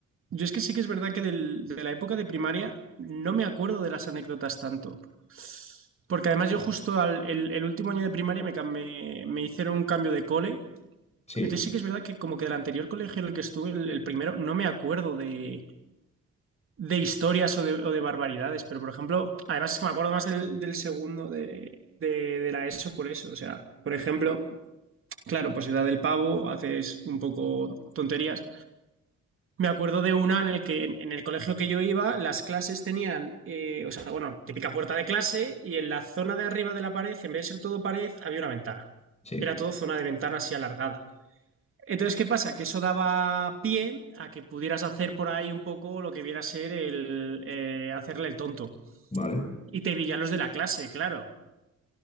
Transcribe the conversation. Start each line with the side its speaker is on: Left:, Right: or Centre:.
Right: Yo es que sí que es verdad que del- de la época de primaria no me acuerdo de las anécdotas tanto. Porque además yo justo al, el, el último año de primaria me, cam- me, me hicieron un cambio de cole
Left: Sí,
Right: Entonces sí que es verdad que como que del anterior colegio en el que estuve, el, el primero, no me acuerdo de, de historias o de, o de barbaridades, pero por ejemplo, además es que me acuerdo más del, del segundo de, de, de la ESO por eso, o sea, por ejemplo, claro, pues edad del pavo, haces un poco tonterías. Me acuerdo de una en el que en el colegio que yo iba, las clases tenían, eh, o sea, bueno, típica puerta de clase y en la zona de arriba de la pared, en vez de ser todo pared, había una ventana.
Left: sí,
Right: Era todo zona de ventana así alargada. Entonces, ¿qué pasa? Que eso daba pie a que pudieras hacer por ahí un poco lo que viera a ser el eh, hacerle el tonto.
Left: vale. O
Right: Y te pillan los de la clase, claro.